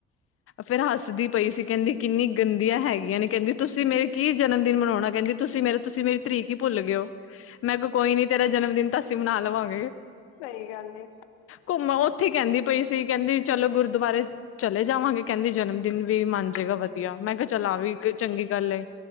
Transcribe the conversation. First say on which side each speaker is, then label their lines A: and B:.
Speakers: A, on the left; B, on the left.
A: ਫੇਰ ਹਸਦੀ ਪਈ ਸੀ ਕੈਂਦੀ ਕਿੰਨੀ ਗੰਦੀਆਂ ਹੈਗੀਆਂ ਨੇ। ਕੈਂਦੀ ਤੁਸੀ ਮੇਰੀ ਕੀ ਜਨਮ ਦਿਨ ਮਨਾਉਣਾ ਕਹਿੰਦੀ ਤੁਸੀਂ ਮੇਰਾ ਤੁਸੀਂ ਮੇਰੀ ਤਰੀਕ ਹੀ ਭੁੱਲ ਗਏਓ ਮੈਂ ਕਿਹਾ ਕੋਈ ਨੀ ਤੇਰਾ ਜਨਮ ਦਿਨ ਅਸੀਂ ਮਨਾ ਲਵਾਂਗੇ
B: ਸਹੀ ਗੱਲ ਐ
A: ਘੁੰਮਣ ਉੱਥੇ ਕਹਿੰਦੀ ਪਈ ਸੀ ਕਹਿੰਦੀ ਚਲੋ ਗੁਰਦੁਆਰੇ ਚਲੇ ਜਾਵਾਂਗੇ ਕਹਿੰਦੀ ਜਨਮ ਦਿਨ ਵੀ ਮੰਨ ਜਾਏਗਾ ਵਧੀਆ ਮੈਂ ਕਿਹਾ ਚਲ ਆ ਵੀ ਚੰਗੀ ਗੱਲ ਏ